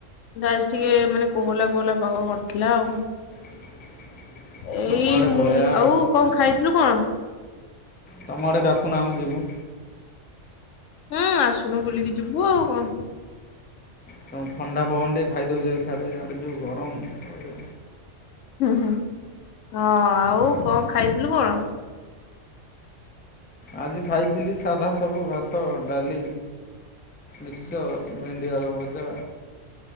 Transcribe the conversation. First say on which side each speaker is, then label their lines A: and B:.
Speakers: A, on the left; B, on the left.
A: ଦ ଟିକେ ମାନେ କୋହଲା କୋହଲା ପାଗ କରିଥିଲା ଆଉ
B: <unintelligible>
A: ଏଇ,
B: ତମ ଆଡ଼େ ପଳେଇବା
A: ଆଉ କଣ ଖାଇଥିଲୁ କଣ?
B: ତମ ଆଡେ ଡାକୁନ ଆମେ ଯିବୁ।
A: ହୁଁ ଆସୁନୁ ବୁଲିକି ଯିବୁ ଆଉ କଣ?
B: ତଣ ଥଣ୍ଡା ପବନ ଟେ ଖାଇ ଦଉଛି, ସାଡେ, ଯୋଉ ଗରମ ରହିବ
A: ହୁଁ ହୁଁ ହଁ ଆଉ କଣ ଖାଇଥିଲୁ କଣ?
B: ଆଜି ଖାଇଥିଲି ସାଧା ସବୁ ଭାତ, ଡାଲି ମିକ୍ସ, ଭେଣ୍ଡି ଆଳୁ ଭଜା